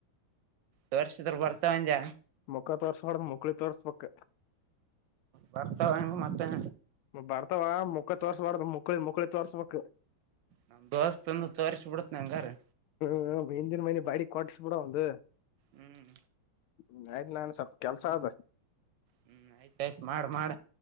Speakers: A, on the right (about 70°); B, on the left (about 80°).
A: ತೋರ್ಸದ್ರ ಬರ್ತಅಂದ್ಯ
B: ಮುಕ್ಕ ತೋರ್ಸಬರ್ದು ಮುಕ್ಳಿ ತೋರ್ಸ್ಬಕ್
A: ಬರ್ತಾವಂಗ ಮತ್ತೆ
B: ಬರ್ತಾವ ಮುಕ್ಕ ತೋರ್ಸ್ಬಾರ್ದ ಮುಕ್ಕಳಿ ಮುಕಳಿ ತೋರ್ಸ್ಬೇಕ
A: ನಮ್ ದೋಸ್ಟಂದು ತೋರಿಸ್ ಬುಡುತಿನಿ ಹೆಂಗಾರೆ
B: ಹ್ಮ್ ಹಿಂದಿನ ಮನಿ ಬಾಡಿಗ್ ಕೊಟ್ಸ ಬಿಡು ಒಂದು
A: ಹ್ಮ್
B: ಹ್ಮ ಆಯ್ತು ನನ್ನುವ್ ಸ್ವಲ್ ಕೆಲ್ಸ ಆದ
A: ಹ್ಮ್ ಆಯ್ತಾಯ್ತ ಮಾಡ ಮಾಡ